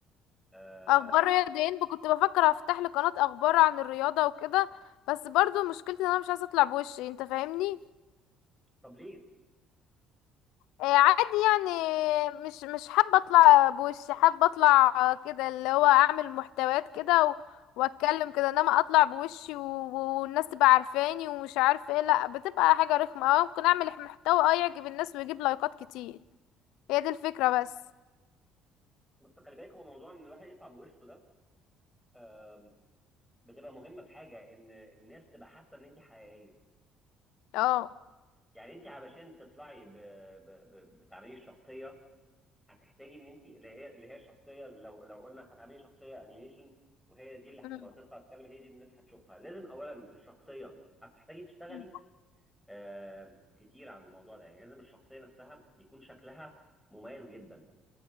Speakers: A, in the centre; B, on the left.
A: آه
B: اخبار رياضيين كنت بفكر افتح لي قناة اخبار عن الرياضة وكده بس برضو مشكلتي ان انا مش عايزة اطلع بوشي انت فاهمني
A: طب ليه؟
B: آه، عادي يعني مش مش حابة اطلع بوشي حابة اطلع آه، كده اللي هو اعمل محتويات كده و... واتكلم كده انما اطلع بوشي و... والناس تبقى عارفاني ومش عارفة ايه لا بتبقى حاجة رخمة اه ممكن اعمل محتوى اه يعجب الناس ويجيب لايكات كتير هي دي الفكرة بس
A: بس خلي بالك هو موضوع ان الواحد يطلع بوشه ده آه بتبقى مهمه في حاجه ان الناس تبقى حاسه ان انت حقيقيه
B: اه
A: يعني انت علشان تطلعي ب... ب... ب... تعملي الشخصيه هتحتاجي ان انت اللي هي اللي هي الشخصيه لو لو قلنا هتعملي شخصيه انيميشن وهي دي اللي هتبقى
B: مم.
A: تطلع تتكلم هي دي الناس هتشوفها لازم اولا الشخصيه هتحتاجي تشتغلي
B: مم.
A: آه كتير عن الموضوع ده يعني لازم الشخصيه نفسها يكون شكلها مميز جدا